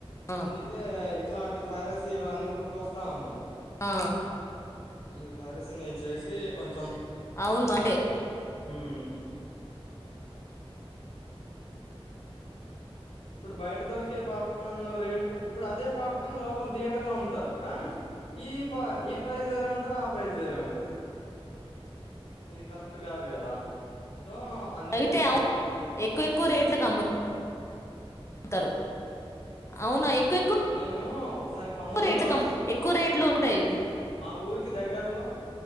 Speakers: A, on the left; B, on the left.
A: ఆ
B: అందుకే ఇ ఇట్లాంటి ఫైరస్ ఇవన్నీ పుట్టుకొస్తా ఉన్నాయి
A: ఆ
B: ఈ ఫైరసన్ చేసి కొంచెం
A: అవును అంటే
B: మ్మ్ ఇప్పుడు బయట దొరికే పాప్కార్న్ రేటు ఇప్పుడు అదే పాప్కార్న్ లోపల థియేటర్ లో అమ్ముతారు కానీ ఈ పా ఈ ప్రైజ్ వేరే ఉంటది ఆ ప్రైజ్ వేరే ఉంటది ఇది కరెక్ట్ కాదు కదా సో అందుకే
A: అయితే అ
B: కొంచెం
A: ఎక్కువ ఎక్కువ రేట్లలకు అమ్ము తారు అవునా ఎక్కువ
B: నేను ఒకసారి
A: ఎక్కువ
B: ఖమ్మంలో
A: రేట్లు క ఎక్కువ రేట్లు ఉంటాయి
B: మా ఊరికి దగ్గరలో